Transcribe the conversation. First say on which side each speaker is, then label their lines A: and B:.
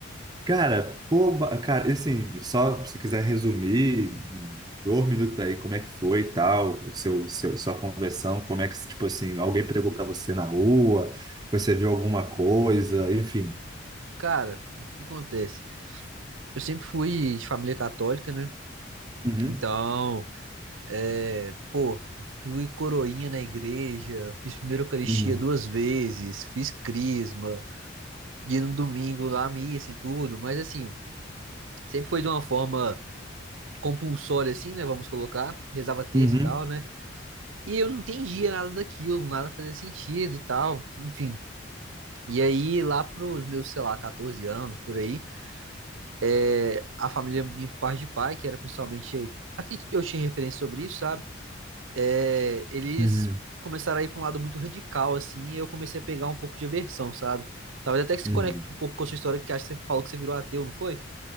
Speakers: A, on the right (about 20°); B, on the right (about 80°).
A: Cara, pô, ba- cara, assim, só se quiser resumir, dois minutos aí, como é que foi e tal, o seu, seu- sua conversão, como é que, tipo assim, alguém pregou pra você na rua, você viu alguma coisa, enfim.
B: Cara, o que acontece? Eu sempre fui de família católica, né?
A: Uhum,
B: Então, é, pô, fui coroinha na igreja, fiz primeira Eucaristia
A: uhum,
B: duas vezes, fiz crisma, ia no domingo lá à missa e tudo, mas assim, sempre foi de uma forma compulsória assim, né, vamos colocar, rezava terça
A: uhum,
B: e tal, né? E eu não entendia nada daquilo, nada fazia sentido e tal, enfim. E aí, lá pros meus, sei lá, 14 anos, por aí, É, a família minha por parte de pai, que era principalmente. Aqui eu tinha referência sobre isso, sabe? É, eles
A: uhum,
B: começaram a ir para um lado muito radical, assim, e eu comecei a pegar um pouco de aversão, sabe? Talvez até que se
A: uhum.
B: conecte um pouco com a sua história, que acho que você falou que você virou ateu, não foi?